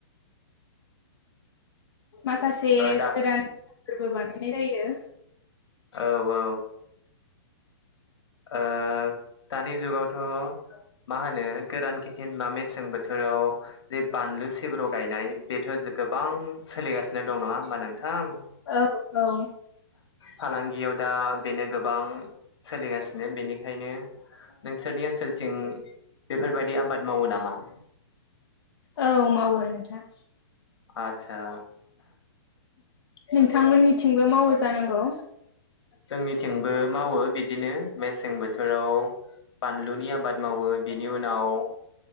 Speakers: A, on the left; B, on the left.
A: माखासे
B: दा
A: गोदानफोरबो बानायनाय जायो।
B: औ औ। ओ दानि जुगावथ' मा होनो गोदान खिथिन बा मेसें बोथोराव जे बानलु सिब्र' गायनाय बेथ' गोबां सोलिगासिनो दं नङा होमबा नोंथां?
A: औ औ
B: फालांगियाव दा बेनो गोबां सोलिगासिनो बेनिखायनो नोंसोरनि ओनसोलथिं बेफोरबायदि आबाद मावो नामा?
A: औ मावो नोंथाङां।
B: आसा <inaudible>
A: नोंथांमोननिथिंबो मावो जानांगौ
B: जोंनिथिंबो मावो बिदि बिदिनो मेसें बोथोराव बानलुनि आबाद मावो बिनि उनाव